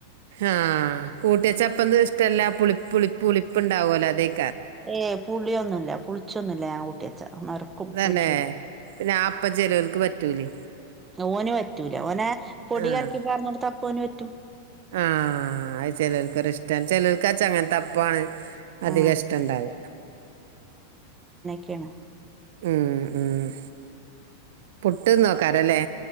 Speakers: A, on the right; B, on the right.
A: ആഹ് കൂട്ട്യച്ചപ്പന്നും ഇഷ്ടല്ല പുളി പുളി പുളിപ്പ് ണ്ടാവോലോ അതെയ്
B: ഏ പുള്യോന്നുല്ല പുൾച്ചൊന്നുല്ല ഞാൻ കൂട്ട്യ നർക്കും
A: തന്നെ
B: പുള്ച്ചൂല
A: പിന്നെ അപ്പം ചെലോൽക്ക് പറ്റൂലേ
B: ഓന് പറ്റൂല ഓനെ പൊടി
A: ആഹ്
B: കൽക്കിപ്പാന്നൊട്ത്താ അപ്പോന റ്റും
A: ആഹ് അഹ് ചെലോൽക്കൊരിഷ്ട്ടം ചെലോൽക്ക്ച്ച ങ്ങൻത്തപ്പാണ് അധിക
B: ആഹ്
A: ഷ്ടണ്ടാവ
B: ക്കേണ്
A: ഉം ഉം പുട്ട് ന്നോക്കാരല്ലേ